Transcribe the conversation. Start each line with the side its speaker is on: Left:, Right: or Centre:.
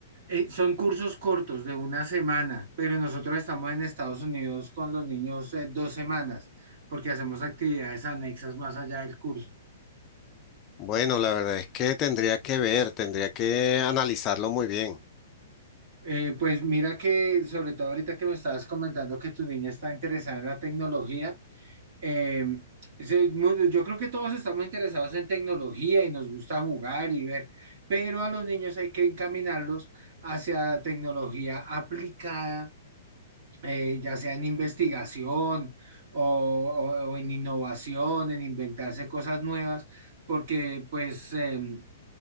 Right: Eh, son cursos cortos de una semana, pero nosotros estamos en Estados Unidos con los niños eh, dos semanas, porque hacemos actividades anexas más allá del curso.
Left: Bueno, la verdad es que tendría que ver, tendría que analizarlo muy bien.
Right: Eh, pues mira que sobre todo ahorita que me estabas comentando que tu niña está interesada en la tecnología, Eh, ese mundo- yo creo que todos estamos interesados en tecnología y nos gusta jugar y ver, pero a los niños hay que encaminarlos hacia tecnología aplicada, eh, ya sea en investigación o, o- o en innovación, en inventarse cosas nuevas, porque pues... em,